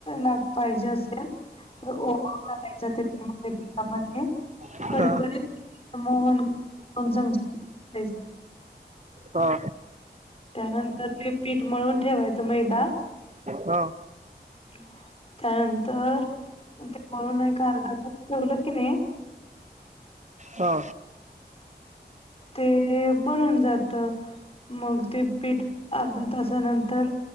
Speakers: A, on the left; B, on the right.
A: ला पाहिजे असेल तर ओवा टाकायचे त्याच्यामध्ये
B: हा
A: कडकडीत मोहन दोन चमचे
B: हा.
A: त्यानंतर ते पीठ मळून ठेवायचं मैदा.
B: हा.
A: हम्. त्यानंतर ते मळुन एक अर्धा ठेवलं की नाही.
B: हा.
A: ते बनून जात मग ते पीठ अर्धा तासानंतर